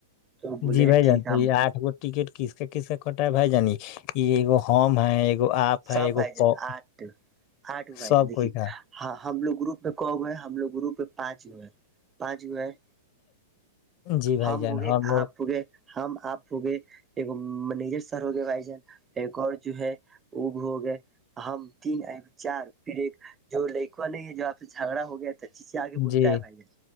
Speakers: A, on the right (about 15°); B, on the left (about 40°).
A: تو بولے
B: جی بائی
A: ٹھیک
B: جان
A: ہے ہم
B: یہ آٹھ گو ٹکٹ کس کا کس کا کٹ ہے بھ جانی یہگو ہوم ہے <unintelligible> ہے
A: سب
B: ایگو
A: بھائی
B: پ-
A: جان آٹ آٹو بھائی
B: سب
A: ج دیکھی
B: کوئی کا
A: <unintelligible> ہاں ہم لوگ گروپ میں کو ہوئے ہیں ہم لوگ گروپ میں پانچ ہوئے ہیں پانچ ہوئے ہیں
B: جی بھائی
A: ہم
B: جان
A: ہوگئے
B: لوگ
A: آپ ہو گئے ہم آپ ہو گئے ایک منیجر سر ہو گئے بھائی جان ایک اور جو ہے وہ بھی ہو گئے ہم تین آ چار پھر ایک جو لکھوا نہیں ہے جو آپ سے جھگڑا ہو گیا ای سے آگے بولتا
B: جی
A: ہے بھائی ج